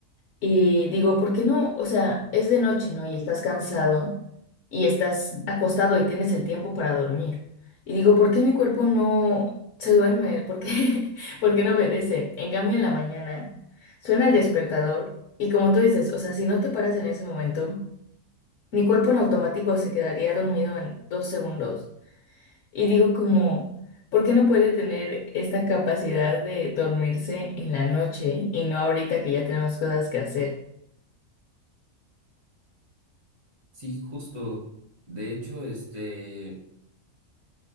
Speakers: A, on the left (about 65°); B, on the right (about 70°).
A: y digo, ¿por qué no? O sea, es de noche, ¿no? Y estás cansado y estás acostado y tienes el tiempo para dormir. Y digo, ¿por qué mi cuerpo no se duerme? ¿Por qué, <laughs> por qué no obedece? En cambio, en la mañana suena el despertador y como tú dices, o sea, si no te paras en ese momento, mi cuerpo en automático se quedaría dormido en dos segundos. Y digo como, ¿por qué no puede tener esta capacidad de dormirse en la noche y no ahorita que ya tenemos cosas que hacer?
B: Sí, justo. De hecho, este,